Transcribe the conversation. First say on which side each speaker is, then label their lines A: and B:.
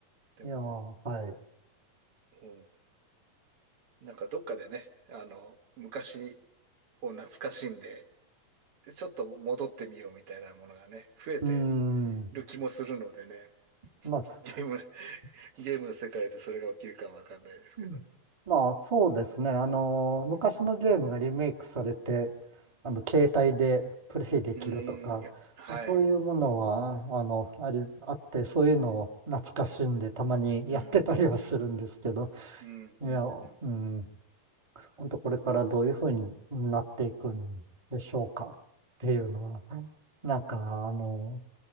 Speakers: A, on the right; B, on the right.
A: でも、
B: いやー、はい。
A: うん。なんかどっかでね、あの、昔を懐かしんで、ちょっと戻ってみようみたいなものがね、増えて
B: うん、
A: る気もするのでね。
B: まあ、
A: ゲーム、<laughs>
B: す
A: ゲームの世界でそれが起きるかわかんないですけど。
B: うんまあ、そうですね。あの、昔のゲームがリメイクされて、
A: うん。
B: あの、携帯でプレイできるとか、
A: うーん、いや、はい。
B: そういうものは、あの、あり、あって、そういうのを懐かしんで、たまにやってたりはするんですけど、
A: うん、うん、うん。うん、
B: いや、
A: うん、
B: うん。
A: うん。
B: 本当これからどういうふうになっていくんでしょうかっていうのは、なんかあの、